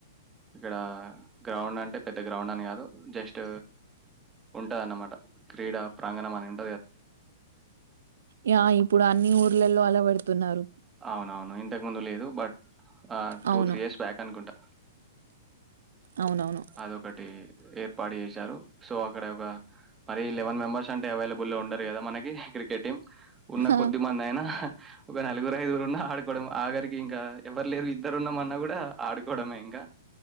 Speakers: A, on the right; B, on the right.
A: ఇక్కడ గ్రౌండ్ అంటే పెద్ద గ్రౌండ్ అని కాదు జస్ట్ ఉంటది అన్నమాట క్రీడా ప్రాంగణం అని ఉ
B: య ఇపుడు అన్ని పల్లెలో అలవడుతున్నారు
A: అవ్ నవును ఇంతక్ ముందూ లేదు బట్ ఆహ్ టూ
B: అవును
A: త్రీయర్స్ బ్యాక్ అనుకుంటా
B: అవునవును
A: అదొకటీ ఏర్పాట్ జేశారు సో అక్కడ ఒక మరీ లెవెన్ మెంబర్స్ అంటే అవైలబల్ వుండరు కదా క్రికెట్ టీం ఉన్న
B: హా!
A: కొద్దిమందైనా హ్హాహ్ ఒక నలుగురు ఐదుగురు ఉన్న ఆడుకోవడం ఆగరికి ఇంకా ఎవరు లేరు ఉంటున్నమన్న గూడా ఆడుకోవడమే ఇంగా